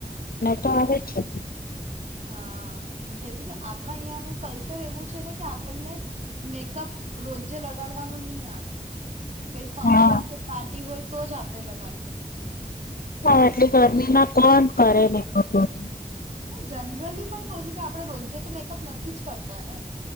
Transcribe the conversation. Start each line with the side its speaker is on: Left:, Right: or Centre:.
Left: તો આવે છે
Right: હા કી કે આપણા યાનું કલ્ચર એવું છે ને કે આપણને મેકઅપ રોજે લગાડવાનું નહી આવે કોઈ ફંક્શન
Left: હા
Right: કે પાર્ટી હોય તો જ આપણેે લગાડીએ
Left: હા એટલે ગરમીમાં કોણ કરે નને ખતું હતું
Right: હુ જનરલી પણ કહુ છું આપડે રોજે તો મેકઅપ નથી થી જ કરતા ને